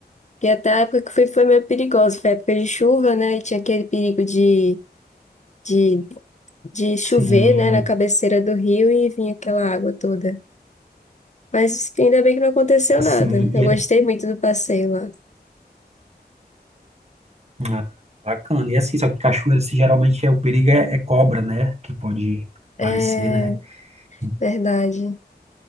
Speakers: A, on the left; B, on the right.
A: Porque até a época que eu fui foi meio perigosa, foi época de chuva, né? E tinha aquele perigo de de de chover,
B: Sim.
A: né, na cabeceira do rio e vinha aquela água toda. Mas ainda bem que não aconteceu
B: Assim,
A: nada. Eu
B: e
A: gostei
B: é,
A: muito do passeio lá.
B: ah, bacana. E assim, só que cachoeira, assim, geralmente é o perigo é, é cobra, né? Que pode aparecer,
A: É
B: né? Então,
A: verdade,